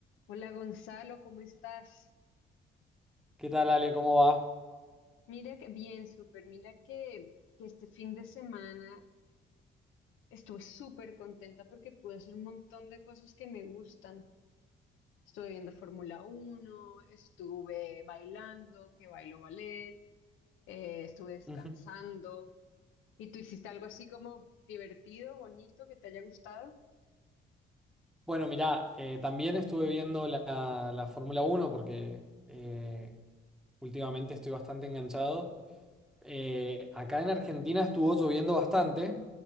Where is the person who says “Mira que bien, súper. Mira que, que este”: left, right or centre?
Left